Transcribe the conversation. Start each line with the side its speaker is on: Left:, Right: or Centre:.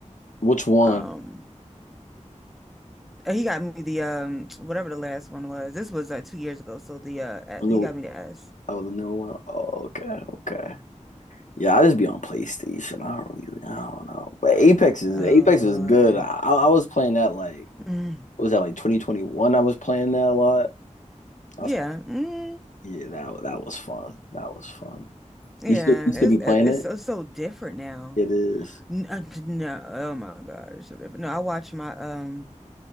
Left: which one?
Centre: Um, and he got me the um <tsk> whatever the last one was. This was uh, two years ago, so the uh
Left: New
Centre: he got me the S.
Left: oh the newer one. Oh okay okay. Yeah, I just be on PlayStation. I don't really I don't know. But Apex is
Centre: Oh
Left: Apex
Centre: Lord.
Left: is good. I I was playing that like
Centre: Mm.
Left: what was that like 2021? I was playing that a lot.
Centre: Yeah.
Left: I was playing.
Centre: Mm.
Left: Yeah, that that was fun. That was fun.
Centre: Yeah.
Left: You still you still
Centre: It's
Left: be playing
Centre: it's it's
Left: it?
Centre: so, so different now.
Left: It is.
Centre: N- uh, No, oh my God, it's so different. No, I watch my um,